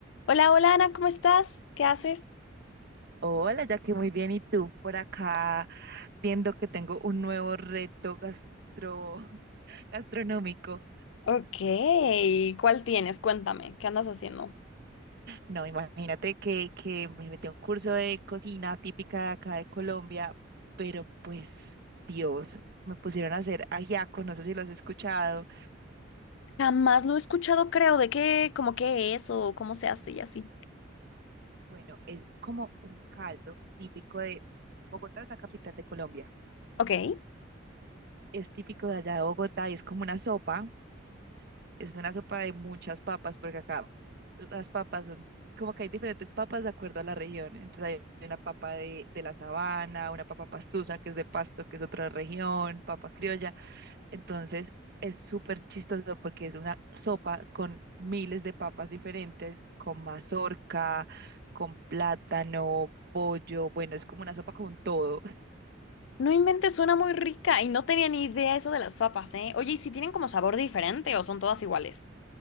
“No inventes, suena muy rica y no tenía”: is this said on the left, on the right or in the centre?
Left